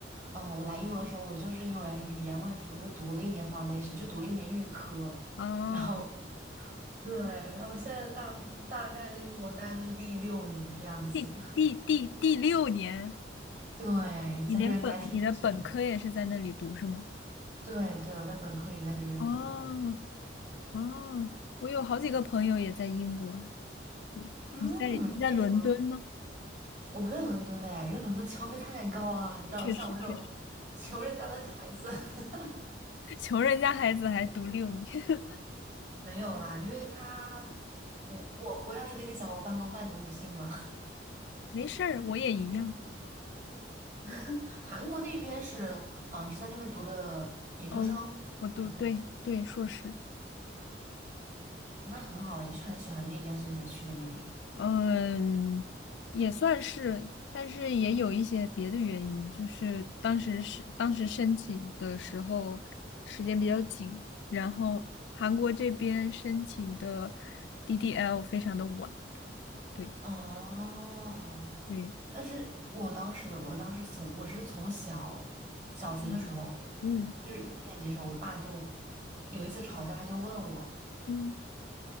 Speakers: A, on the right; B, on the left.
A: 嗯、我来英国的时候，我就是因为语言问题，我就读了一年 foundation，就读了一年预科，
B: 啊，
A: 然后对，然后我现在大大概在英国待就是第六年这样子，
B: 第第第第六年，
A: 对，
B: 你连本你的本科也是在那里读是吗？
A: 在这边待挺久了，对对，我在本科也是在这边读的，
B: 哦哦，我有好几个朋友也在英国。对，
A: 嗯，
B: 你在你在伦敦吗？
A: 那你怎么？我不在伦敦的哎，因为伦敦消费太高了，你知道，
B: 确实确实，
A: 像我这种穷人家的孩子，<laughs>
B: <laughs> 穷人家孩子还读六年，<laughs>
A: 没有啦，因为他，你我我要是跟你讲我半工半读，你信吗？
B: 没事儿，我也一样。
A: <laughs> 韩国那边是，哦，你是在那边读的研究生，
B: 哦，
A: 还是
B: 我读对对硕士。
A: 嗯那很好啊，你是很喜欢那边所以才去的那里。
B: 嗯，也算是，但是也有一些别的原因，就是当时是当时申请的时候时间比较紧，然后韩国这边申请的 DDL 非常的晚，对
A: 哦，
B: 对，
A: 但是我当时，我当时从我是从小小学的时候，
B: 嗯嗯
A: 就是一年级的时候，我爸就有一次吵架，他就问我。
B: 嗯，